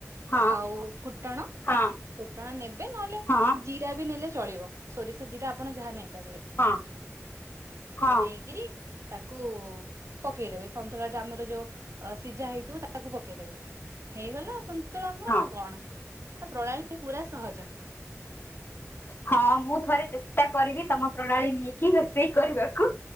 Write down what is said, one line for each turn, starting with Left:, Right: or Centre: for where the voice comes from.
Left: ହଁ
Right: ଆଉ ଫୁଟଣ
Left: ହଁ
Right: ଫୁଟଣ ନେବେ ନହେଲେ
Left: ହଁ
Right: ଜିରାବି ନେଲେ ଚଳିବ ସୋରିଷ ଜିରା ଆପଣ ଯାହନେଇ ପାରିବେ ନେଇକିରି
Left: ହଁ ହଁ
Right: ତାକୁ ପକେଇ ଦେବେ ସନ୍ତୁଳାଟା ଆମର ଯୋଉ ଅଁର ସିଝା ହେଇଥିବ ତାହାକୁ ପକେଇ ଦେବେ। ହେଇଗଲା ସନ୍ତୁଳା ଆମର
Left: ହଁ
Right: ଆଉ କଣ ଆ ପ୍ରଣାଳୀ ପୁରା ସହଜ।
Left: ହଁ ମୁଥରେ ଚେଷ୍ଟା କରିବି ତମ ପ୍ରଣାଳୀ ନେଇକି ରୋଷେଇ କରିବାକୁ।